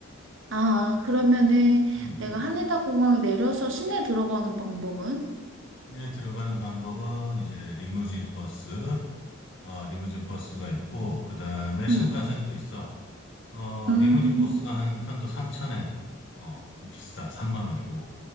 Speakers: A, on the right (about 70°); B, on the left (about 60°).
A: 아, 그러면은
B: 음,
A: 내가
B: 음.
A: 하네다 공항에 내려서 시내 들어가는 방법은?
B: 시내에 들어가는 방법은 이제 리무진 버스, 어, 리무진 버스가 있고, 그 다음에 신칸센도
A: 응.
B: 있어. 어,
A: 음,
B: 리무진 버스가 한 편도 3,000엔, 어, 좀 비싸, 3만 원이고,